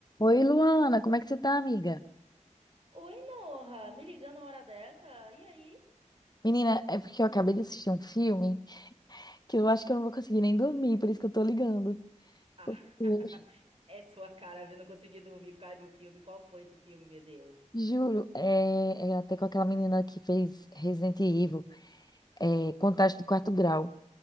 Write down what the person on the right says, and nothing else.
Oi, Noha, me ligando uma hora dessa. E aí?
Ah,
<laughs> é sua cara, viu? Não consegui dormir por causa de um filme. Qual foi esse filme, meu Deus?